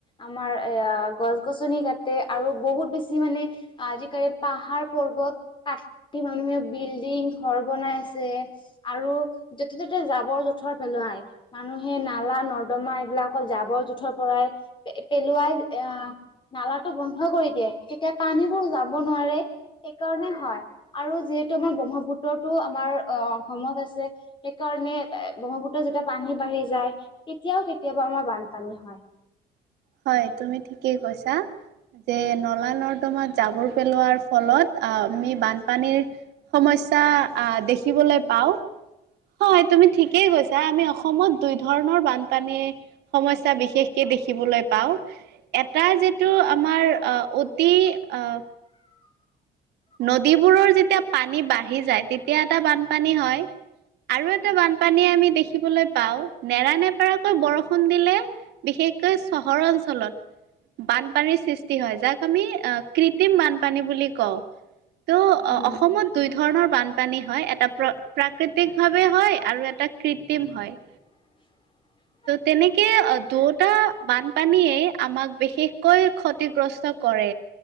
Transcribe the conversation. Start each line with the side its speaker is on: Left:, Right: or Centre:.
Left: আমাৰ এ গছ গছনি কাটে আৰু বহুত বেছি মানে। আজিকালি পাহাৰ পৰ্বত কা। মানুহে বিল্ডিং ঘৰ বনাই আছে আৰু। যতে ত'তে জাবৰ জোথৰ পেলোৱায়। মানুহে নালা নৰ্দমা এইবিলাক জাবৰ জোথৰ পৰাই পেলোৱাই আহ নালাটো বন্ধ কৰি দিয়ে, তেতিয়া পানীবোৰ যাব নোৱাৰে। সেইকাৰণে হয়। আৰু যিহেতু আমাৰ ব্ৰহ্মপুত্ৰটো আমাৰ অ অসমত আছে। সেইকাৰণে ব্ৰহ্মপুত্ৰ যেতিয়া পানী বাঢ়ি যায় তেতিয়াও কেতিয়াবা আমাৰ বানপানী হয়।
Right: হয়। তুমি ঠিকেই কৈছা, যে নলা নৰ্দমাৰ জাবৰ পেলোৱাৰ ফলত আমি বানপানীৰ সমস্যা দেখিবলৈ পাওঁ। হয়, তুমি ঠিকেই কৈছা, আমি অসমত দুই ধৰণৰ বানপানী সমস্যা বিশেষকে দেখিবলৈ পাওঁ, এটা যিটো আমাৰ অতি অ' নদীবোৰৰ যেতিয়া পানী বাঢ়ি যায় তেতিয়া এটা বানপানী হয়। আৰু এটা বানপানী আমি দেখিবলৈ পাওঁ নেৰানেপাৰাকৈ বৰষুণ দিলে বিশেষকৈ চহৰ অঞ্চলত বানপানীৰ সৃষ্টি হয়, যাক আমি কৃত্ৰিম বানপানী বুলি কওঁ। ত'
Left: উম,
Right: অসমত দুই ধৰণৰ বানপানী হয়, এটা প্ৰ প্ৰাকৃতিক ভাৱে হয় আৰু এটা কৃত্ৰিম হয়।
Left: <inaudible>
Right: ত' তেনেকে দুয়োটা বানপানীয়ে আমাক বিশেষকৈ ক্ষতিগ্ৰস্ত কৰে,